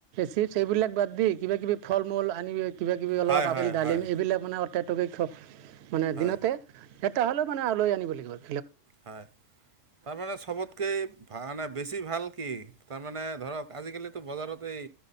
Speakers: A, on the right; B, on the right.
A: চিপ এইবিলাক বাদ দি কিবা কিবি ফল মূল আনি কিবা কিবি অলপ
B: হয়
A: আপেল
B: হয়
A: ডালিম
B: হয়
A: এইবিলাক মানে <unintelligible> মানে
B: হয়
A: দিনতে এ তালৈ মানে আলৈ আনিব গ'ল
B: হয়। তাৰমানে চবতকে তামানে বেছি ভাল কি? তাৰমানে ধৰক আজিকালিতো বজাৰতেই